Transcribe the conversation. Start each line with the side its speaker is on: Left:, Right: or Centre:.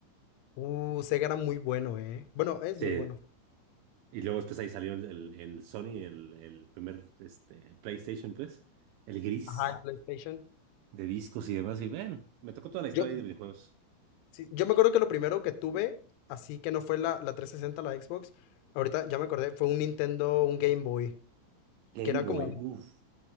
Left: Uh, Sega era muy bueno, ¿eh? Bueno, es
Right: Sí,
Left: muy bueno.
Right: y luego después ahí salió el, el, el Sony, el, el primer este, PlayStation, pues, el gris.
Left: Ajá, el PlayStation.
Right: de discos y demás. Y bueno, me tocó toda la historia
Left: Yo,
Right: de videojuegos.
Left: Sí, yo me acuerdo que lo primero que tuve, así que no fue la, la 360 la Xbox, ahorita ya me acordé, fue un Nintendo, un Game Boy,
Right: Game
Left: que era
Right: Boy,
Left: como,
Right: uff.